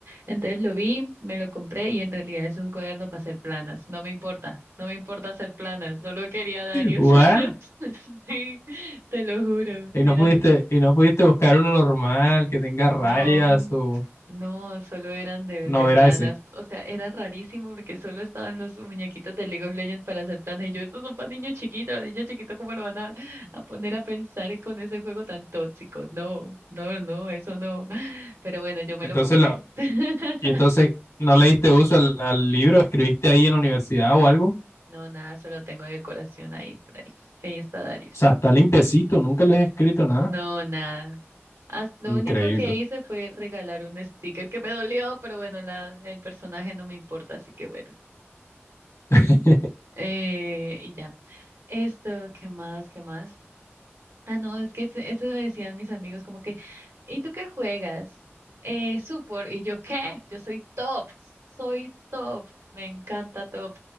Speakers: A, on the right; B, on the left.
A: Entonces lo vi, me lo compré y en realidad es un cuaderno para hacer planas. No me importa, no me importa hacer planas, solo quería Darius.
B: What?
A: <laughs> Sí, te lo juro,
B: Y
A: eran...
B: no pudiste, y no pudiste buscar uno normal que tenga rayas
A: No,
B: o
A: no, solo eran de,
B: no
A: de planas.
B: era ese.
A: O sea, era rarísimo porque solo estaban los muñequitos de League of Legends para hacer planas. Y yo, estos son para niños chiquitos, los niños chiquitos, ¿cómo lo van a, a poner a pensar con ese juego tan tóxico? No, no, no, eso no. Pero bueno, yo me
B: Entonces
A: lo compré.
B: lo,
A: <laughs>
B: Y entonces, ¿no le diste uso al, al libro? ¿Escribiste ahí en la universidad o algo?
A: No, nada, solo tengo decoración ahí por ahí, que ahí está Darius.
B: O sea, está limpiecito, nunca les he escrito nada.
A: No, nada. As- lo
B: Increíble.
A: único que hice fue regalar un sticker que me dolió, pero bueno, la, el personaje no me importa, así que bueno.
B: <laughs>
A: Eh, y ya. Esto, ¿qué más? ¿Qué más? Ah, no, es que ese- eso me decían mis amigos como que, ¿y tú qué juegas? Eh, support. ¿Y yo qué? Yo soy top, soy top, me encanta top.